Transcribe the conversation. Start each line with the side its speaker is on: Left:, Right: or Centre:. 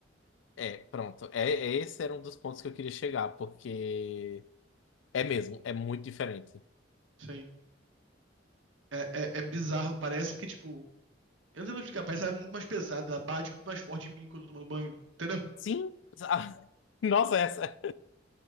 Left: é, pronto. É, é- esse era um dos pontos que eu queria chegar, porque é mesmo, é muito diferente.
Right: Sim. É, é, é bizarro. Parece que, tipo, eu não sei como explicar, parece água muito mais pesada, bate muito mais forte em mim quando eu tô tomando banho. Entendeu?
Left: Sim. sa- <laughs> Nossa, essa.